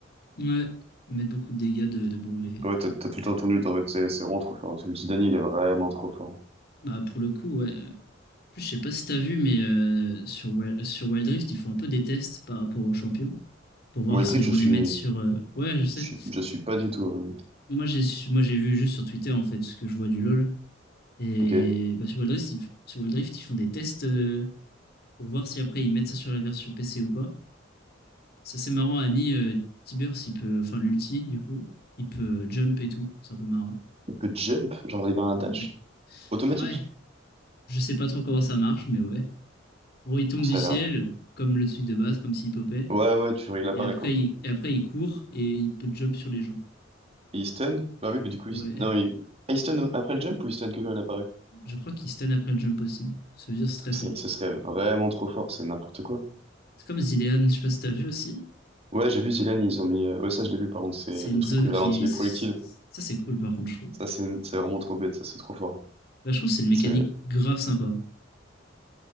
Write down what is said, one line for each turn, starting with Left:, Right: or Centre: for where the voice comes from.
Left: Ouais, mettre beaucoup de dégâts de, de brûler.
Right: ouais, t'as t'as tout le temps ton ult, en fait. C'est c'est vraiment trop fort. L'ulti d'Annie, il est vraiment trop fort.
Left: Bah, pour le coup, ouais. En plus, je sais pas si t'as vu, mais euh, sur, Wel- sur Wild Rift, ils font un peu des tests par rapport aux champions pour voir
Right: Wild
Left: s'ils
Right: Rift,
Left: vont
Right: je suis,
Left: les mettre sur. euh, Ouais, je sais.
Right: je suis, je suis pas du tout. euh,
Left: Moi, j'ai su- moi, j'ai vu juste sur Twitter en fait ce que je vois du LoL. Et
Right: Ok.
Left: bah, sur Wild Rift, ils, f- sur Wild Rift, ils font des tests euh, pour voir si après ils mettent ça sur la version PC ou pas. Ça, c'est marrant, Annie, euh, Tibers, il peut. Enfin, l'ulti, du coup, il peut jump et tout. C'est un peu marrant.
Right: Il peut jump, genre il a un dash
Left: Ouais.
Right: automatique.
Left: Ouais. Je sais pas trop comment ça marche, mais ouais. En gros, il tombe
Right: Ah, Ça
Left: du ciel,
Right: a l'air.
Left: comme le truc de base, comme s'il popait.
Right: Ouais, ouais, tu, vois, il apparaît
Left: Et après,
Right: quoi.
Left: il, et après, il court et il peut jump sur les gens.
Right: Et il stun? Bah oui, mais du coup,
Left: Ouais.
Right: il, non, il, Ah, il stun après le jump ou il stun que quand il apparaît?
Left: Je crois qu'il stun après le jump aussi. Ça veut dire que c'est très
Right: C'est-
Left: fort.
Right: Ce serait vraiment trop fort, c'est n'importe quoi.
Left: C'est comme Zilean, je sais pas si t'as vu aussi.
Right: Ouais, j'ai vu Zilan, ils ont mis. euh, Ouais, ça, je l'ai vu par contre, c'est
Left: C'est
Right: le
Left: une
Right: truc
Left: zone
Right: où il
Left: qui.
Right: ralentit les
Left: Ça,
Right: projectiles.
Left: c'est cool, par contre, je trouve.
Right: Ça, c'est c'est vraiment trop bête, ça, c'est trop fort.
Left: Bah, je trouve que c'est une mécanique
Right: C'est.
Left: grave sympa.